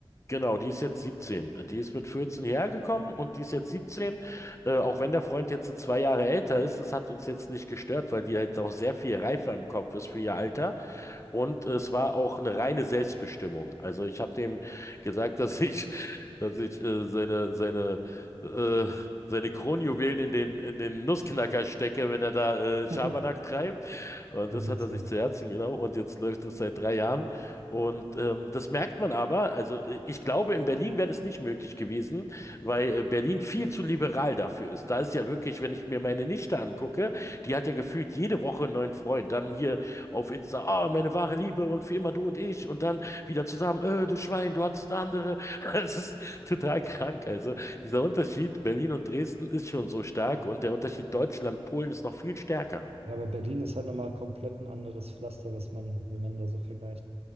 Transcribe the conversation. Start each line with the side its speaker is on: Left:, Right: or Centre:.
Left: Genau, die ist jetzt 17. Die ist mit 14 hierher gekommen und die ist jetzt 17. Äh, auch wenn der Freund jetzt so zwei Jahre älter ist, das hat uns jetzt nicht gestört, weil die halt auch sehr viel reifer im Kopf ist für ihr Alter. Und es war auch eine reine Selbstbestimmung. Also ich habe dem gesagt, <laughs> dass ich, dass ich äh, seine, seine, äh, seine Kronjuwelen in den, in den Nussknacker stecke, wenn er da äh, Schabernack
Right: <laughs>
Left: treibt. Und
Right: Wie
Left: das
Right: witzig.
Left: hat er sich zu Herzen genommen. Und jetzt läuft es seit drei Jahren. Und ähm, das merkt man aber. Also äh, ich glaube, in Berlin wäre das nicht möglich gewesen, weil äh, Berlin viel zu liberal dafür ist. Da ist ja wirklich, wenn ich mir meine Nichte angucke, die hat ja gefühlt jede Woche einen neuen Freund. Dann hier auf Insta, ah, meine wahre Liebe und für immer du und ich und dann wieder zusammen, äh, du Schwein, du hattest eine andere. <laughs> Es ist total krank. Also dieser Unterschied Berlin und Dresden ist schon so stark und der Unterschied Deutschland, Polen ist noch viel stärker.
Right: Ja, aber Berlin ist halt nochmal komplett ein anderes Pflaster, was man, wenn man da so vergleicht.